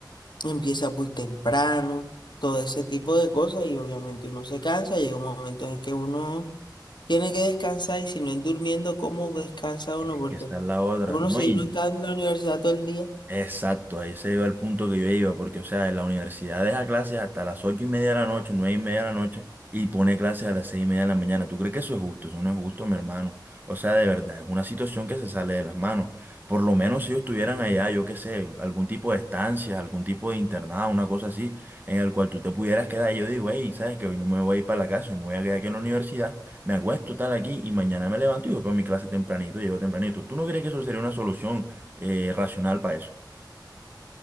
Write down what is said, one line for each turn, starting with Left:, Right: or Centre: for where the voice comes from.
Left: empieza muy temprano, todo ese tipo de cosas y obviamente uno se cansa, llega un momento en el que uno tiene que descansar y si no es durmiendo, ¿cómo descansa uno?
Right: Eh,
Left: Porque
Right: que esa es la otra,
Left: algunos
Right: ¿no?
Left: si
Right: Y
Left: uno está en la universidad todo el día,
Right: Exacto, ahí se iba el punto que yo iba, porque, o sea, en la universidad deja clases hasta las ocho y media de la noche, nueve y media de la noche, y pone clases a las seis y media de la mañana. ¿Tú crees que eso es justo? Eso no es justo, mi hermano. O sea, de verdad, es una situación que se sale de las manos. Por lo menos si ellos estuvieran allá, yo qué sé, algún tipo de estancia, algún tipo de internado, una cosa así, en el cual tú te pudieras quedar. Y yo digo, hey, ¿sabes que Hoy no me voy a ir para la casa y me voy a quedar aquí en la universidad, me acuesto tal aquí y mañana me levanto y voy para mi clase tempranito, llego tempranito. ¿Tú no crees que eso sería una solución eh, racional para eso?